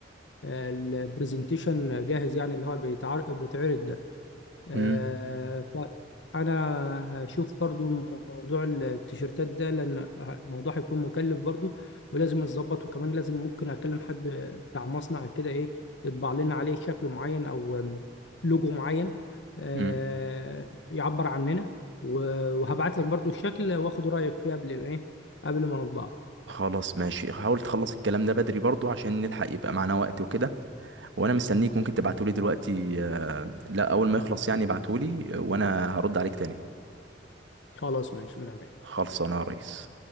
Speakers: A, on the left; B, on the right.
A: البرزنتيشن جاهز يعني اللي هو بيتعر- بيتعرض ده آه،
B: امم
A: فأنا هشوف برضو موضوع التيشيرتات ده لأن الموضوع هيكون مكلف برضو ولازم أتظبط وكمان لازم ممكن أكلم حد بتاع مصنع كده إيه يطبع لنا عليه شكل معين أو آم، لوجو معين آه،
B: امم
A: يعبر عننا و- وهبعت لك برضو الشكل وآخد رأيك فيه قبل إيه قبل ما نطبعه
B: خلاص ماشي حاول تخلص الكلام ده بدري برضو عشان نلحق يبقى معانا وقت وكده وانا مستنيك ممكن تبعتولي دلوقتي آه، لا اول ما يخلص يعني ابعتولي آه، وانا هرد عليك تاني
A: خلاص ماشي من عينيا
B: خلصانه يا ريس